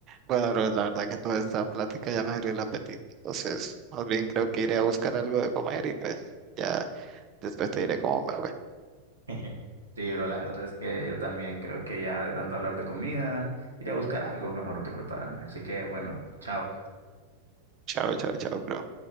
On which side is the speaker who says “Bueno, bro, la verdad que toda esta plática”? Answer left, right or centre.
Right